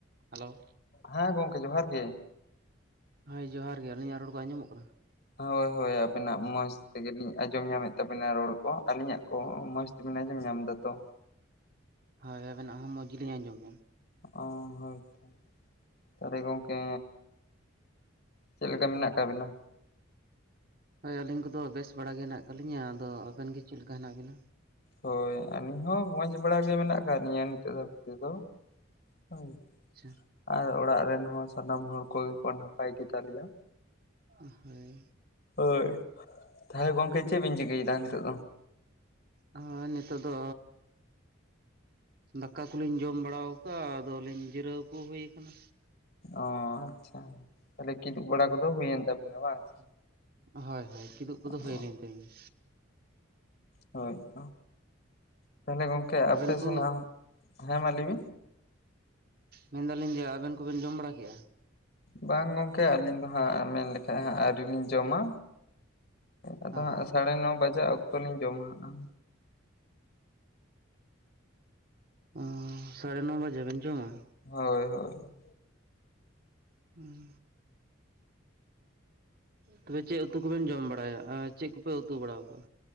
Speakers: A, on the right; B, on the left.
A: Hello
B: ᱦᱮᱸ ᱜᱚᱢᱠᱮ ᱡᱚᱦᱟᱨ ᱜᱮ,
A: ᱦᱳᱭ ᱡᱚᱦᱟᱨᱜ ᱜᱮ ᱟᱹᱞᱤᱧᱟᱜ ᱨᱚᱲ ᱠᱚ ᱟᱸᱡᱚᱢᱚᱜ ᱠᱟᱱᱟ?
B: ᱦᱳᱭ ᱦᱳᱭ ᱟᱵᱤᱱᱟᱜ ᱢᱚᱸᱡᱽ ᱛᱮᱜᱮᱞᱤᱧ ᱟᱸᱡᱚᱢ ᱧᱟᱢᱮᱫ ᱛᱟᱵᱮᱱᱟ ᱨᱚᱲ ᱠᱚ ᱟᱹᱞᱤᱧᱟᱜ ᱠᱚ ᱢᱚᱸᱡᱽ ᱵᱮᱱ ᱟᱸᱡᱚᱢ ᱧᱟᱢ ᱫᱟ ᱛᱚ?
A: ᱦᱳᱭ ᱟᱵᱮᱱᱟᱜ ᱦᱚᱸ ᱢᱚᱸᱡᱽ ᱜᱮᱞᱤᱧ ᱟᱸᱡᱚᱢᱮᱜᱼᱟ᱾
B: ᱚ ᱦᱳᱭᱛᱚ, ᱛᱟᱦᱚᱞᱮ ᱜᱚᱝᱠᱮ ᱪᱮᱫ ᱞᱮᱠᱟ ᱢᱮᱱᱟᱜ ᱟᱠᱟᱫ ᱵᱮᱱᱟ?
A: ᱦᱳᱭ ᱟᱹᱞᱤᱧ ᱠᱚᱫᱚ ᱵᱮᱥ ᱵᱟᱲᱟ ᱜᱮ ᱦᱮᱱᱟᱜ ᱟᱠᱟᱜ ᱞᱤᱧᱟ ᱟᱫᱚ ᱟᱵᱮᱱ ᱜᱮ ᱪᱮᱜ ᱞᱮᱠᱟ ᱦᱮᱱᱟᱜ ᱵᱮᱱᱟ?
B: ᱦᱳᱭ ᱟᱹᱞᱤ ᱦᱚᱸ ᱢᱚᱡᱽ ᱵᱟᱲᱟ ᱜᱮ ᱢᱮᱱᱟᱜ ᱟᱠᱟᱫ ᱞᱤᱧᱟᱹ ᱱᱤᱛᱚᱜ ᱫᱷᱟᱹᱵᱤᱡ ᱛᱮᱫᱚ ᱦᱳᱭ,
A: ᱟᱪᱪᱷᱟ,
B: ᱟᱨ ᱚᱲᱟᱜ ᱨᱮᱱ ᱦᱚᱸ ᱥᱟᱱᱟᱢ ᱦᱚᱲ ᱠᱚᱜᱮ ᱠᱚ ᱱᱟᱯᱟᱭ ᱜᱮᱛᱟᱞ ᱞᱮᱭᱟ᱾
A: ᱦᱳᱭ,
B: ᱦᱳᱭ, ᱛᱟᱦᱚᱞᱮ ᱜᱚᱝᱠᱮ ᱪᱮᱫ ᱵᱤᱱ ᱪᱤᱠᱟᱹᱭᱮᱫᱟ ᱱᱤᱛᱚᱜ ᱫᱚ?
A: ᱦᱳᱭ ᱱᱤᱛᱚᱜ ᱫᱚ ᱫᱟᱠᱟ ᱠᱚᱞᱤᱧ ᱡᱚᱢ ᱵᱟᱲᱟ ᱟᱠᱟᱜᱼᱟ ᱟᱫᱚᱞᱤᱧ ᱡᱤᱨᱟᱹᱣ ᱠᱚ ᱦᱩᱭᱩ ᱟᱠᱟᱱᱟ᱾
B: ᱚ ᱟᱪᱪᱷᱟ ᱛᱟᱦᱞᱮ ᱠᱤᱫᱩᱵ ᱵᱟᱲᱟ ᱠᱚᱫᱚ ᱦᱩᱭᱮᱱ ᱛᱟᱵᱤᱱᱟ ᱵᱟᱝ?
A: ᱦᱳᱭ ᱦᱳᱭ ᱠᱤᱫᱩᱵ ᱠᱚᱫᱚ ᱦᱩᱭ
B: ᱚ
A: ᱮᱱ ᱛᱟᱹᱞᱤᱧᱟ᱾
B: ᱦᱳᱭ ᱛᱚ, ᱛᱟᱦᱚᱞᱮ ᱜᱚᱢᱠᱮ ᱟᱯᱮ
A: ᱟᱵᱮᱱ ᱠᱚ
B: ᱥᱮᱱᱟᱜ, ᱦᱮᱸ ᱢᱟ ᱞᱟᱹᱭ ᱵᱤᱱ,
A: ᱢᱮᱱᱫᱟᱞᱤᱧ ᱡᱮ ᱟᱵᱮᱱ ᱠᱚᱵᱮᱱ ᱡᱚᱢ ᱵᱟᱲᱟ ᱠᱮᱜᱼᱟ?
B: ᱵᱟᱝ ᱜᱚᱝᱠᱮ ᱟᱹᱞᱤᱧ ᱫᱚ ᱦᱟᱸᱜ ᱢᱮᱱ ᱞᱮᱠᱷᱟᱡ ᱦᱟᱸᱜ ᱟᱹᱣᱨᱤ ᱞᱤᱧ ᱡᱚᱢᱟ᱾ ᱟᱫᱚ
A: ᱦᱳᱭ
B: ᱦᱟᱸᱜ ᱥᱟᱲᱮ ᱱᱚ ᱵᱟᱡᱟᱜ ᱚᱠᱛᱚ ᱞᱤᱧ ᱡᱚᱢᱟ ᱦᱟᱜ᱾
A: ᱚᱸᱻ ᱥᱟᱲᱮ ᱱᱚ ᱵᱟᱡᱮ ᱵᱮᱱ ᱡᱚᱢᱟ ᱾
B: ᱦᱳᱭ ᱦᱳᱭ
A: ᱦᱮᱸ ᱛᱚᱵᱮ ᱪᱮᱫ ᱩᱛᱩ ᱠᱚᱵᱮᱱ ᱡᱚᱢ ᱵᱟᱲᱟᱭᱟ ᱟ ᱪᱮᱫ ᱠᱚᱯᱮ ᱩᱛᱩ ᱵᱟᱲᱟᱣ ᱠᱟ-ᱟ?